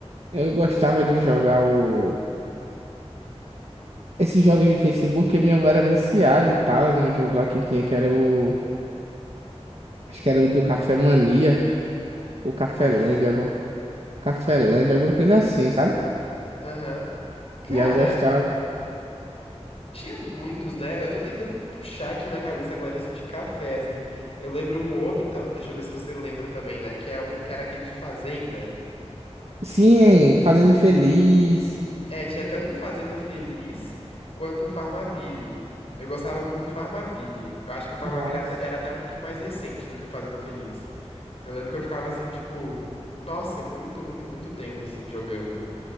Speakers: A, on the right; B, on the left.
A: Eu gostava de jogar o... Esses jogos de Facebook, que minha avó era viciada e tal, no jogo lá que tinha, que era o... Acho que era o do Café Mania, ou Cafelândia,
B: Caf...
A: alguma... Cafelândia, alguma coisa assim, sabe?
B: Aham. Cara.
A: E aí eu gostava.
B: Tinha muitos, né? Eu tô tentando puxar aqui na cabeça agora esse de café, assim. Eu lembro um outro, que tá- deixa eu ver se você lembra também, né? Que, é um, que era aquele de Fazenda.
A: Sim, hein? Fazendo Feliz.
B: É, tinha tanto Fazenda Feliz quanto o Farmaville. Eu gostava muito do Farmaville. Eu acho que o Farmaville
A: Nossa.
B: até- era até um pouquinho mais recente do que o Fazenda Feliz. Eu lembro que eu ficava assim, tipo, nossa, muito, muito, muito tempo, assim, jogando.